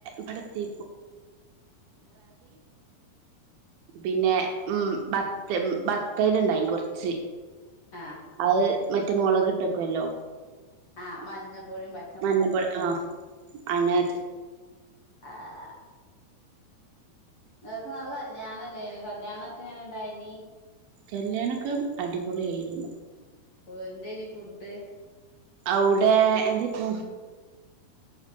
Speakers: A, on the right; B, on the left.
A: റവി പിന്നെ ഉം ബത്ത ബത്തൽ ഉണ്ടായി കൊറച്ച്
B: ആഹ്
A: അത് മറ്റേ മുളക് കിട്ടക്കുവല്ലോ
B: ആഹ് മഞ്ഞപ്പൊഴിയും പ
A: മഞ്ഞപ്പോഴ ആഹ് അങ്ങനെ
B: ആഹ് നിക്ക് കല്യാണല്ലേന് കല്യാണ ഒക്കെ ഇങ്ങനെ ഇണ്ടായി ഇനി
A: കല്യാണക്കം അടിപൊളിയ ആയിരുന്നു
B: ഓ എന്തനി ഫുഡ്
A: ഔടെ എന്തേ പോ